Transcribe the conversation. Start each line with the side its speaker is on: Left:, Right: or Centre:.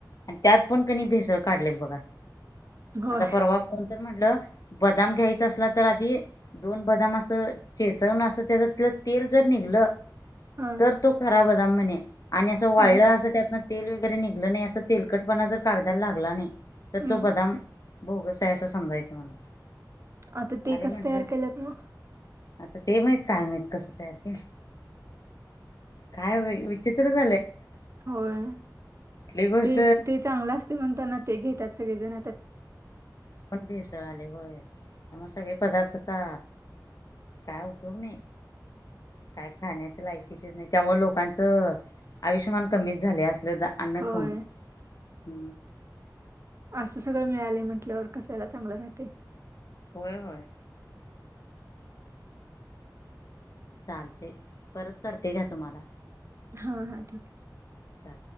Left: आणि त्यात पण कणी भेसळ काढलेत बघा
Right: होय
Left: आता परवा कोणत म्हंटलं बदाम घ्यायचा असला तर आधी दोन बदाम असं चेचवून असं त्याच्यातलं तेल जर निघलं
Right: हा
Left: तर तो खराब होदा म्हणे आणि असं वाढलं
Right: हा
Left: असं त्यातन तेल वगैरे निघलं नाही असं तेलकटपणा जर कागदाला लागला नाही तर
Right: हम्म
Left: तो बदाम बोगस आहे असं समजायचं मला
Right: आता ते
Left: अरे म्हंटलं
Right: कसं तयार केलं त
Left: आता ते माहित काय माहित कसं तरख काय विचित झाज
Right: होय
Left: गोष्ट
Right: ते ते चांगलं असते म्हणताना ते घेतात सगळेजण आ
Left: पण भेसळ आले होय त्या मग सगळे पदार्थता काय उपयोग नाही काय खाण्याच्या लायकीचेच नाही त्यामुळे लोकांचं आयुष्यमान कमीच झाले असत हृदा अन्न
Right: होय
Left: खाऊन ह
Right: असं सगळं मिळाले म्हटल्यावर कशाला चांगलं राहते
Left: होय होय चालते परत करते घ तुम्हाला
Right: हा हा ठीक
Left: चा